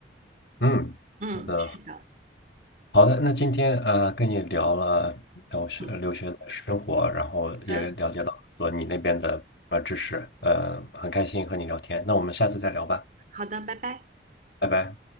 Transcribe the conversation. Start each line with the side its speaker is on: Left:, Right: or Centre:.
Left: 嗯，
Right: 嗯，
Left: 好的，
Right: 是的，
Left: 好的。那今天呃跟你聊了然后学留学的生活，
Right: 嗯，
Left: 然后也了解了很多你那边的呃知识，
Right: 好的，
Left: 呃，很开心和你聊天。那我们下次再聊吧，
Right: 好的，拜拜。
Left: 拜拜。